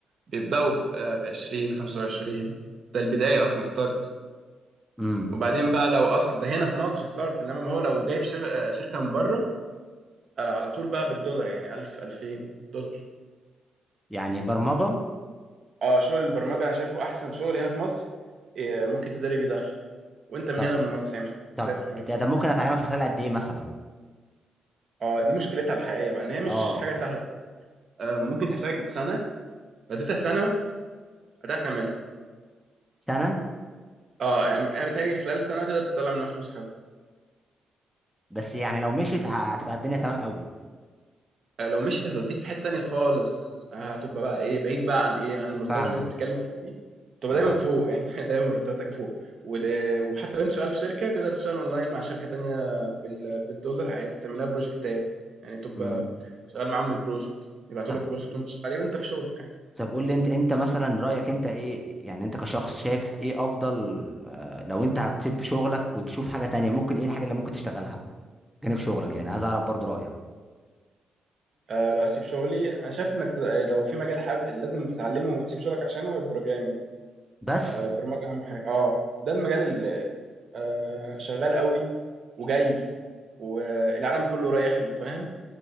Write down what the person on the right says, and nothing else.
بيبداوا ب 20 25 ده البدايه اصلا ستارت
وبعدين بقى لو اصلا ده هنا في مصر ستارت انما ما هو لو جايب شر... آه، شركه من بره آه، على طول بقى بالدولار يعني 1000 2000 دولار
اه شغل البرمجه انا شايفه احسن شغل هنا في مصر آه، ممكن تداري بيه دخل وانت من
هنا من مصر يعني مش محتاج
تسافر كمان
اه دي مشكلتها الحقيقيه بقى ان هي مش
حاجه سهله آه ممكن تحتاج سنه لو اديتها سنه هتعرف تعملها
اه يعني انا بتهيألي خلال سنه تقدر تطلع منها فلوس حلوه
آه لو مشيت هتوديك في حته تانيه خالص آه هتبقى بقى ايه بعيد بقى عن ايه عن المرتبات
اللي انت بتتكلم فيها دي تبقى
دايما فوق يعني <laughs> دايما مرتباتك فوق وده- وحتى لو انت شغال في شركه تقدر تشتغل اونلاين مع شركه تانيه بال... بالدولار عادي تعملها بروجكتات يعني تبقى
شغال معاهم بالبروجكت يبعتوا
لك بروجكت وانت شغال عليه وانت في شغلك عادي.
آه لو اسيب شغلي انا شايف انك تد... لو في مجال حابب لازم تتعلمه وتسيب شغلك عشانه البروجرامنج
آه البرمجه اهم حاجه اه ده المجال اللي آه شغال قوي وجاي والعالم كله رايح له فاهم